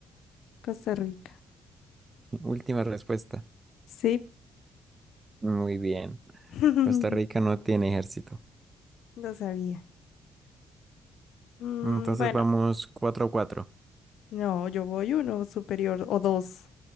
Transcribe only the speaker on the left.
Costa Rica.
Sí,
<laughs>
No sabía. Mm,
bueno,
no, yo voy uno superior o dos,